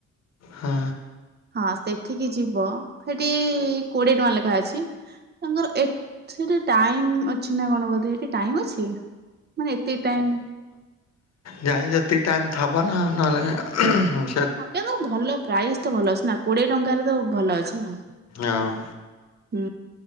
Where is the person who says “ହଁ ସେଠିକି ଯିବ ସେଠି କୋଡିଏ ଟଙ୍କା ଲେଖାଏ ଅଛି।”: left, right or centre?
Right